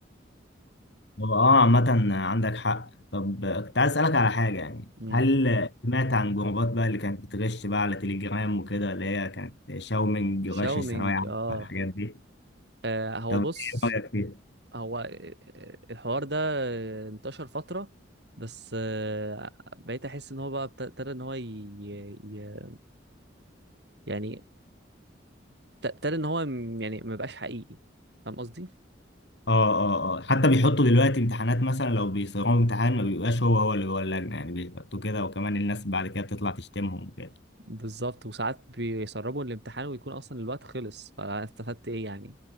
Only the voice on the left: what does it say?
هو اه عامه عندك حق طب آه، كنت عايز اسالك على حاجه يعني
هل سمعت عن جروبات بقى اللي كانت بتغش بقى على تليجرام وكده اللي هي كانت شاومينج
غش الثانويه عامه
والحاجات دي
طب
ايه رايك فيها
اه اه اه حتى بيحطوا دلوقتي امتحانات مثلا لو بيصيغوا امتحان ما بيبقاش هو هو اللي جوه اللجنة يعني بيحطوا كده وكمان الناس بعد كده بتطلع تشتمهم كده